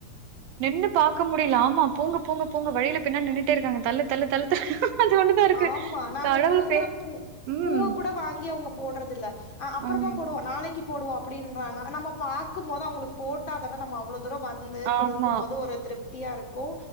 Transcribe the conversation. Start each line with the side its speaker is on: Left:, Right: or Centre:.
Right: நின்னு பாக்க முடியல ஆமா போங்க போங்க போங்க வழியில பின்னாட் நின்னுட்டே இருக்காங்க தள்ளு தள்ளு தள்ளு தள்ளு அது ஒண்ணுதா இருக்கு
Left: ஆம்மா நாங்க
Right: கடவுள்
Left: குடுக்குற
Right: பே
Left: பு
Right: ம்
Left: பூவ கூட வாங்கி அவங்க போடுறதில்ல அப்புறமா
Right: ம்
Left: போடுவோ நாளைக்கு போடுவோம் அப்படின்றாங்க நம்ம பாக்கும் போது அவங்களுக்கு போட்டா தானே நம்ம அவ்ளோ தூரோ வந்து
Right: ஆமா
Left: கொடுக்கும்போது ஒரு திருப் தியா இரு கோ